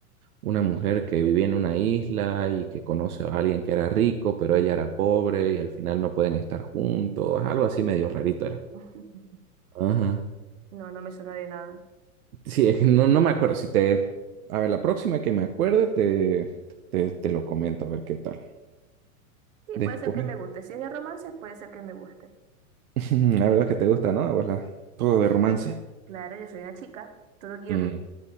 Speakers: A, on the right; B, on the right.
A: una mujer que vivía en una isla y que conoce a alguien que era rico, pero ella era pobre y al final no pueden estar juntos, algo así medio rarito era.
B: <laughs>
A: Ajá.
B: No, no me suena de nada.
A: Sí, <laughs> no, no me acuerdo. Si te. A ver, la próxima que me acuerde, te, te, te lo comento, a ver qué tal.
B: Sí,
A: Después,
B: puede ser que me guste. Si es de romance, puede ser que me guste.
A: <laughs> la verdad es que te gusta, ¿no? A vos la- todo de romance.
B: Claro, yo soy una chica, todo girly.
A: Mm.